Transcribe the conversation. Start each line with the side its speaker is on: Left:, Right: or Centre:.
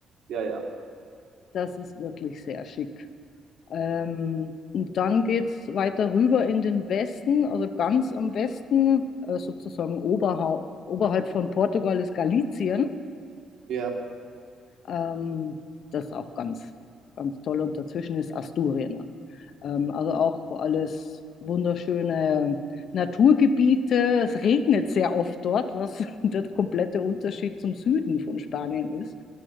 Right: ja, ja,
Left: Das ist wirklich sehr schick. Ähm, und dann geht es weiter rüber in den Westen, also ganz am Westen, äh, sozusagen oberha oberhalb von Portugal ist Galicien.
Right: ja,
Left: Ähm, das ist auch ganz, ganz toll. Und dazwischen ist Asturien. Ähm, also auch alles wunderschöne Naturgebiete. Es regnet sehr oft dort, was <laughs> der komplette Unterschied zum Süden von Spanien ist.